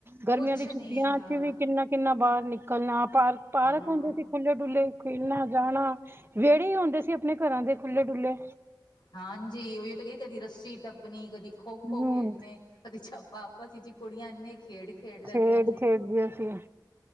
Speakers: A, on the right (about 30°); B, on the left (about 70°).
A: ਗਰਮੀਆਂ
B: ਕੁਛ
A: ਦੀ ਛੁੱਟੀਆਂ'ਚ
B: ਨੀ ਹਾਂ
A: ਵੀ ਕਿੰਨਾ-ਕਿੰਨਾ ਬਾਹਰ ਨਿਕਲਣਾ, ਪਾਰਕ, ਪਾਰਕ
B: ਹਾਂ
A: ਹੁੰਦੇ ਸੀ। ਖੁੱਲ੍ਹੇ-ਡੁੱਲੇ, ਖੇਲਣਾ, ਜਾਣਾ ਵਿਹੜੇ ਹੀ ਹੁੰਦੇ ਸੀ ਆਪਣੇ ਘਰਾਂ ਦੇ ਖੁੱਲ੍ਹੇ-ਡੁੱਲੇ।
B: ਹਾਂਜੀ, ਉਹੀ ਤਾਂ ਕਹੀ ਕਦੀ ਰੱਸੀ ਟੱਪਣੀ, ਕਦੀ ਖੋ-ਖੋ
A: ਹੂੰ
B: ਖੇਡਣੇ। ਕਦੀ ਆਪਸ ਵਿੱਚ'ਚ ਕੁੜੀਆਂ ਇੰਨੇ। ਖੇਡ ਲੈਂਦੀਆਂ
A: ਖੇਡ
B: ਸੀ
A: ਖੇਡਦੀਆਂ ਸੀ